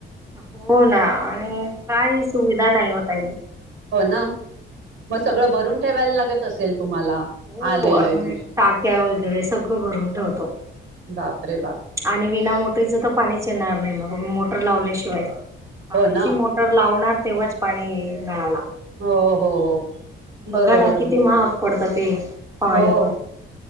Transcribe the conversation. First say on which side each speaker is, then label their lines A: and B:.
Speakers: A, on the right; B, on the right.
A: हो ना आणि काही सुविधा नाही हो ताई.
B: हो ना. म सगळं भरून ठेवायला लागत असेल. तुम्हाला
A: हो
B: आलेलं
A: आम म्हणजे
B: दिवशी
A: टाक्या वगैरे सगळं भरून ठेवतो.
B: बापरे बाप!
A: आणि विना मोटारीचं तर पाणीच येणार नाही मग मोटर लावल्याशिवाय. पाण्याची
B: हो ना
A: मोटार लावणार तेव्हाच पाणी येईल नळाला.
B: हो हो हो हो
A: बघा
B: बरोबर
A: ना किती
B: बर
A: महाग पडतं ते पाणी
B: हो
A: पण